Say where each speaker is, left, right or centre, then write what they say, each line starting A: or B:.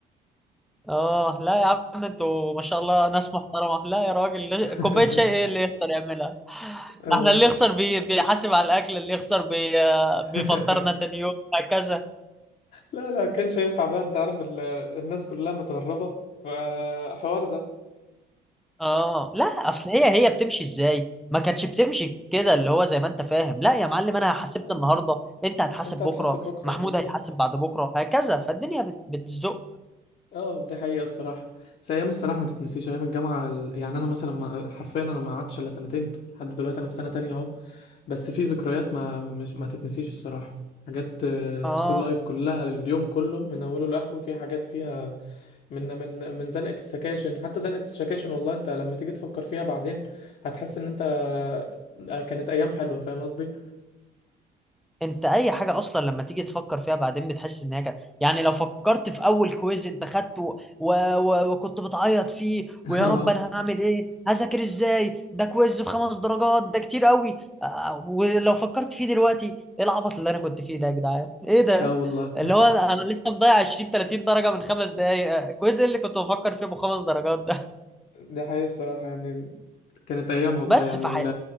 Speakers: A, in the centre; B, on the left (about 55°).
A: اه لا يا عم انتوا ما شاء الله ناس محترمة لا يا راجل
B: <laughs>
A: كوباية شاي ايه اللي يخسر يعملها <laughs>
B: اه
A: ده احنا اللي يخسر بي... بيحاسب على الاكل اللي يخسر بي...
B: <laughs>
A: بيفطرنا تاني يوم هكذا
B: لا لا كانش ينفع بقى انت عارف ال- الناس كلها متغربة فحوار ده
A: اه لا اصل هي هي بتمشي ازاي ما كانتش بتمشي كده اللي هو زي ما انت فاهم لا يا معلم انا حاسبت
B: مم.
A: النهارده انت هتحاسب
B: انت هتحاسب
A: بكره
B: بكرة
A: محمود
B: بالظبط
A: هيحاسب بعد بكره هكذا فالدنيا بت... بتزق
B: اه دي حقيقة الصراحة بس أيام الصراحة ما تتنسيش أيام الجامعة ال- يعني أنا مثلا ما حرفيا أنا ما قعدتش إلا سنتين لحد دلوقتي أنا في سنة تانية أهو بس في ذكريات ما مش ما تتنسيش الصراحة حاجات
A: اه
B: سكول لايف كلها اليوم كله من أوله لآخره في حاجات فيها من من من زنقة السكاشن حتى زنقة السكاشن والله أنت لما تيجي تفكر فيها بعدين هتحس إن أنت آه، كانت أيام حلوة فاهم قصدي؟
A: انت اي حاجه اصلا لما تيجي تفكر فيها بعدين بتحس ان هي كده يعني لو فكرت في اول كويز انت خدته و... و... وكنت بتعيط فيه
B: <laughs>
A: ويا
B: اه
A: رب انا هعمل ايه هذاكر ازاي ده كويز بخمس درجات ده كتير قوي آه، ولو فكرت فيه دلوقتي ايه العبط اللي انا كنت فيه ده يا جدعان ايه ده
B: اه والله
A: اللي هو انا أنا لسه مضيع 20 30 درجه من خمس دقايق آه، كويز إيه اللي كنت بفكر فيه بخمس درجات ده
B: <laughs> دي حقيقة الصراحة يعني كانت أيام
A: <laughs>
B: والله
A: بس
B: يعني
A: فح...